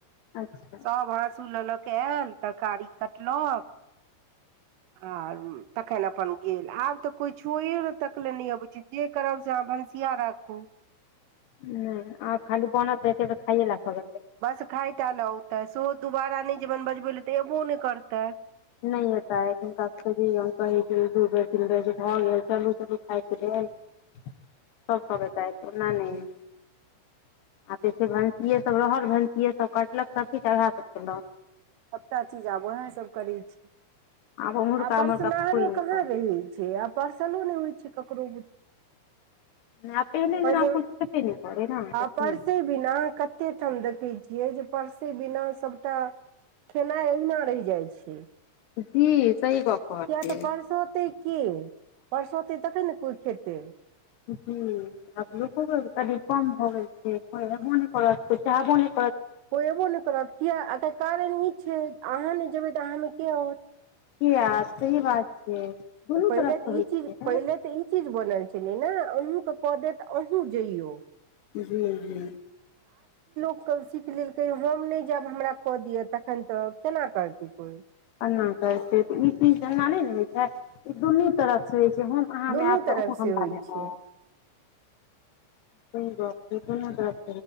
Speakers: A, on the left; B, on the right.
A: अच्छा
B: सभ हाँसू लऽ लऽ कऽ आयल तरकारी कटलक आ तखन अपन गेल आब तऽ कोइ छुअयो तकले नहि अबै छै जे करब से अहाँ भनसिया राखू
A: हं आ खाली बनत तऽ एते कऽ खाइये लए सब
B: बस खाइ टा ल ओ तऽ सेहो दुबारा नहि जेबन बजबै लए तऽ एबो नहि करतै
A: नहि एता हिनक खोजियौन कहै छै दू बेर तीन बेर जे भऽ गेल चलू चलू खायके लेल सब तब एतैथ ओना नहि आ जैसे भैनसीए सभ रहल भैनसीएसभ कटलक सब किछु उएहसभ कयेलक
B: सबटा चीज आब ओहा सब करै छै
A: आब उम्हरका
B: आ परसनाहारो
A: उम्हरका कोइ नहि
B: कहां
A: करत
B: रहै छै आ पर्सन नै होय छै जिस कक्रोरो
A: नहि आब
B: पहिले
A: जेना कुछ छेबे नहि करै ने
B: आ
A: एखनी
B: परसों बिना कते ठाम देखै छियै जे परसे बिना सबटा खेनाइ अहिना रहि जाइ छै
A: जी सही गप कहलियै
B: किएक तऽ परसौतै की परसौतै तखन ने कोइ खेतै
A: जी आब लोक ती कम भऽ गेल छै मने करत चाह म
B: ओ अबो नहि करत किए एतय कारण ई छै अहाँ नहि जेबै तऽ अहाँ में के आओत
A: की यार सही बात छै दुनू
B: तऽ पहिले
A: तरफ से
B: तऽ
A: होइ
B: ई चीज
A: छै
B: पहिले तऽ ई चीज बोलल छै ने अहूँ के कऽ देत अहूँ जइयौ
A: जी जी
B: सब सीख लेलकै हम नहि जब हमरा कऽ दिअ तखन तऽ केना करतै कोई
A: एना करतै तऽ ई चीज एना नहि ने होइ छै ई दुनू तरफ सँ होइ छै जे हम अहाँमे
B: दुनू
A: आयब तऽ
B: तरफ
A: अहुं
B: से
A: हमरा
B: होइ
A: ल
B: छै
A: आउ स बात छै को मत <unintelligible>